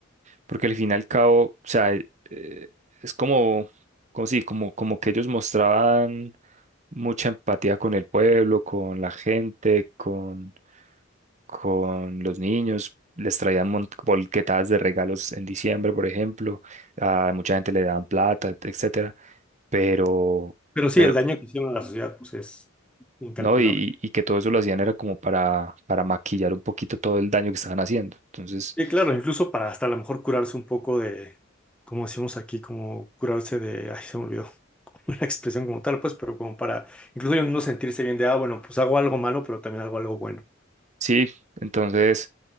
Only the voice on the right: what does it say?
porque al fin y al cabo, o sea, e, eh, es como, como sí, como, como que ellos mostraban mucha empatía con el pueblo, con la gente, con, con los niños. Les traían mont bolquetadas de regalos en diciembre, por ejemplo. A mucha gente le daban plata, etcétera. Pero,
pero,
no, y, y y que todo eso lo hacían era como para, para maquillar un poquito todo el daño que estaban haciendo. Entonces,
Sí, entonces,